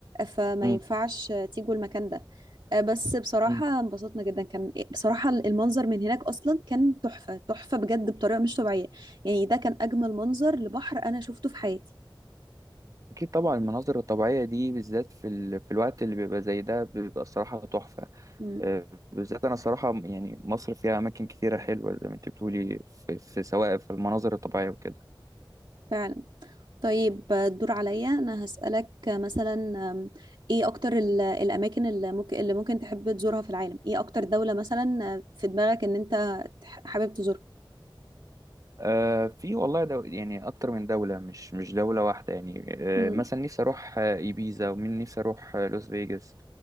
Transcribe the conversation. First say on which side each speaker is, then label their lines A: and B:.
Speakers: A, on the right; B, on the right.
A: فما
B: مم.
A: ينفعش تيجوا المكان ده آه، بس بصراحة
B: مم.
A: انبسطنا جدا كان إيه، بصراحة المنظر من هناك أصلا كان تحفة تحفة بجد بطريقة مش طبيعية يعني ده كان أجمل منظر لبحر أنا شفته في حياتي
B: أكيد طبعا المناظر الطبيعية دي بالذات في, ال... في الوقت اللي بيبقى زي ده بيبقى الصراحة تحفة
A: مم.
B: آه، بالذات أنا صراحة يعني مصر فيها أماكن كتيرة حلوة زي ما أنت بتقولي في... في سواء في المناظر الطبيعية وكده
A: فعلا طيب الدور عليا انا هسألك مثلا أم، ايه اكتر ال- الاماكن اللي ممكن اللي ممكن تحب تزورها في العالم ايه اكتر دولة مثلا آه، في دماغك ان انت تح- حابب تزورها
B: آه، في والله دو... يعني اكتر من دولة مش مش دولة واحدة يعني آه،
A: مم.
B: مثلا نفسي اروح آه، ايبيزا ومن نفسي اروح آه، لوس فيجاس